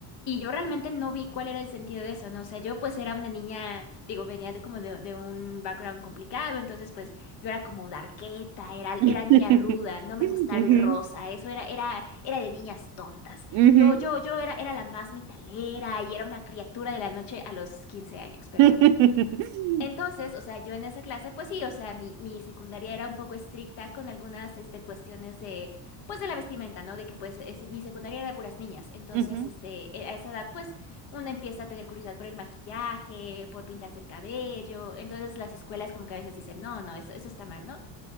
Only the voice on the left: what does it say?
Y yo realmente no vi cuál era el sentido de eso, ¿no? O sea, yo pues era una niña, digo, venía de como de, de un background complicado, entonces pues yo era como darketa, era,
era niña ruda, no me gustaba el rosa, eso era, era, era de niñas tontas.
Yo,
yo, yo era, era la más metalera y era una criatura de la noche a los 15 años, pero
bueno. Entonces, o sea, yo en esa clase, pues sí, o sea, mi, mi secundaria era un poco estricta con algunas, este, cuestiones de, pues de la vestimenta, ¿no? De que, pues, es- mi secundaria era de puras niñas. Entonces,
este, eh, a esa edad, pues, uno empieza a tener curiosidad por el maquillaje, por pintarse el cabello. Entonces, las escuelas como que a veces dicen, no, no, eso, eso está mal, ¿no?